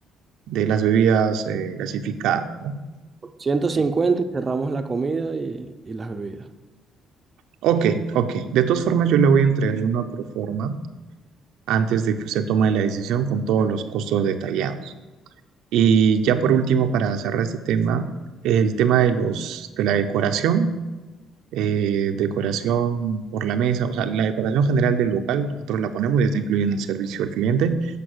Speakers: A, on the right; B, on the right.
A: de las bebidas eh, gasificadas, ¿no?
B: Ciento
A: Sí.
B: cincuenta y cerramos la comida y, y las bebidas.
A: Ok, ok. De todas formas, yo le voy a entregar una proforma antes de que usted tome la decisión con todos los costos detallados. Y ya por último, para cerrar este tema, el tema de los, de la decoración, eh, decoración por la mesa, o sea, la decoración general del local, nosotros la ponemos, ya está incluida en el servicio al cliente,